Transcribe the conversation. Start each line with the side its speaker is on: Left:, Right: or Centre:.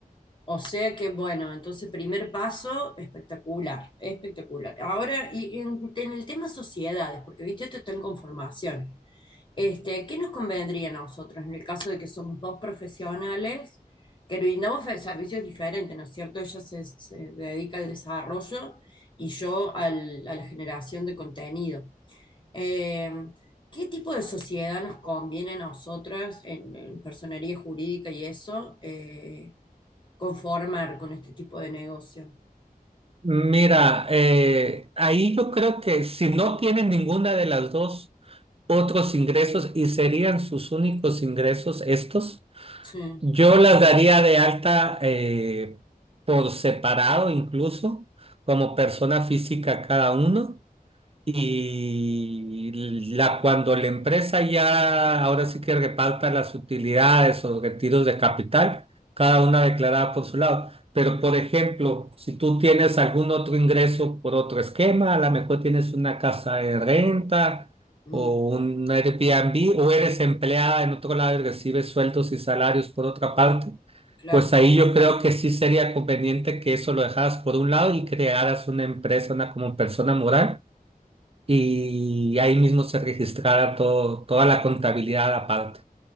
Left: O sea que, bueno, entonces primer paso, espectacular, espectacular. Ahora, y en, en el tema sociedades, porque viste, esto está en conformación. Este, ¿qué nos convendría a nosotros en el caso de que somos dos profesionales que brindamos fe- servicios diferentes, ¿no es cierto? Ella se, se dedica al desarrollo y yo al- a la generación de contenido. Eh, ¿qué tipo de sociedad nos conviene a nosotras en, en personería jurídica y eso? Eh, conformar con este tipo de negocio.
Right: Mira, eh, ahí yo creo que si no tienen ninguna de las dos otros ingresos y serían sus únicos ingresos estos,
Left: Sí,
Right: yo las daría de alta eh, por separado incluso, como persona física cada uno. Y la, cuando la empresa ya ahora sí que reparta las utilidades o retiros de capital, cada una declarada por su lado. Pero, por ejemplo, si tú tienes algún otro ingreso por otro esquema, a lo mejor tienes una casa de renta
Left: mm,
Right: o un Airbnb o eres empleada en otro lado y recibes sueldos y salarios por otra parte,
Left: claro.
Right: pues ahí yo creo que sí sería conveniente que eso lo dejaras por un lado y crearas una empresa, una como persona moral y ahí mismo se registrara todo, toda la contabilidad aparte.